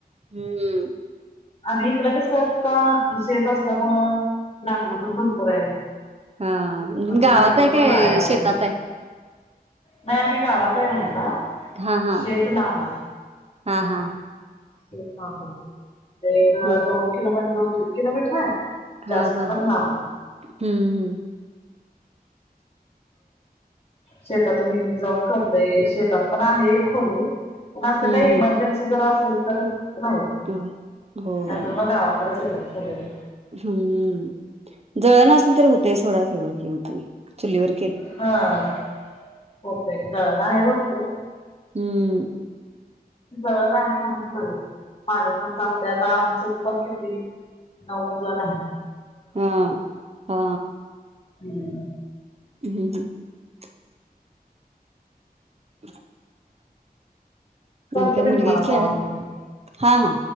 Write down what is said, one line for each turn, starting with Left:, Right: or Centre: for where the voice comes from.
Right: हम्म.
Left: आम्ही इकडं कसं आत्ता शेत असल्यामुळ लाकडं पण भरपूर आहेत
Right: हा
Left: मग
Right: गावात
Left: ते लाकडं
Right: आहे
Left: कुठ
Right: काय
Left: वाया घालवायची.
Right: शेतात आहे?
Left: नाही आम्ही गावात. ना राहिना
Right: हा हा
Left: शेत नाम.
Right: हा हा.
Left: <unintelligible> एक
Right: हा
Left: अ दोन किलोमींट दू किलोमीटर <unintelligible>
Right: हा
Left: जास्त
Right: हा
Left: पण
Right: हा
Left: लांब नाही.
Right: हम्म
Left: शेतातून येऊन जॉब करतेय शेतात पण आहे. खोले पण अस
Right: हम्म
Left: काही इमर्जन्सी
Right: हम्म
Left: जर अस तर नाही
Right: हम्म. होय
Left: तरर मघा <unintelligible> <unintelligible>
Right: हम्म. दळण असलं तर होतय सोळा सोळा किलो.. च्चुलीवर.
Left: हां होतंय का बाय मन. हो.
Right: हम्म.
Left: जवळ आहे म्हणून खर पाणी पण तापते आता आमचं पण किती नऊ जण असतात.
Right: हं हा.
Left: <inaudible>
Right: <inaudible> <inaudible>
Left: करतो
Right: आणि काय मुलगी
Left: मी तुम्हाला
Right: खेळा
Left: कॉल म्हणज
Right: हा हा